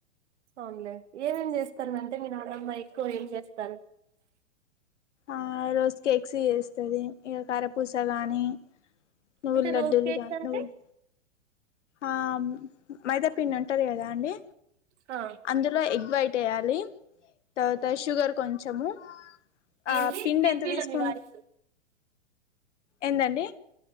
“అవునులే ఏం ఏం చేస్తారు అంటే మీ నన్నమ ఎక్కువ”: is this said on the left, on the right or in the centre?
Right